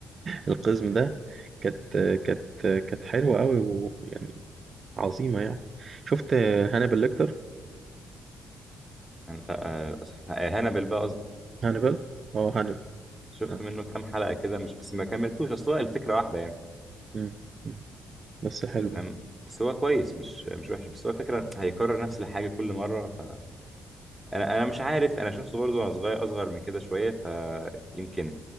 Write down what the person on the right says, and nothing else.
القزم ده كانت كانت كانت حلوه قوي ويعني عظيمه يعني شفت هانيبال ليكتر
هانيبال اه هانيبال
آه.
مم. مم. بس حلو
يعني